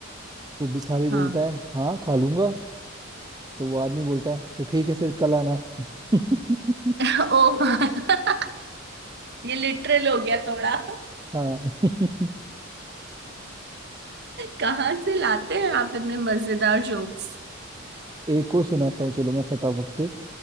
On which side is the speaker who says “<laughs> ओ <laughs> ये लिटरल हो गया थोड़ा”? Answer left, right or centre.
Right